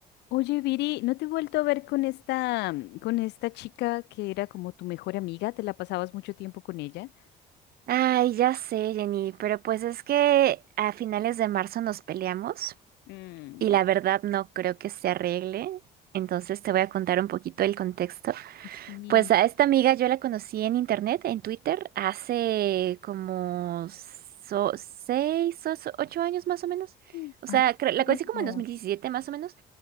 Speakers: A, on the left (about 85°); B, on the right (about 65°).
A: Oye, Viri, ¿no te he vuelto a ver con esta, mm, con esta chica que era como tu mejor amiga? ¿Te la pasabas mucho tiempo con ella?
B: Ay, ya sé, Jenny, pero pues es que a finales de marzo nos peleamos
A: Mm,
B: y la verdad no creo que se arregle. Entonces te voy a contar un poquito el contexto.
A: sí,
B: Pues a esta amiga yo la conocí en internet, en Twitter, hace como so- seis o so- ocho años más o menos.
A: Mm.
B: O
A: Harto
B: sea, creo- la
A: tiempo.
B: conocí como en dos mil diecisiete más o menos.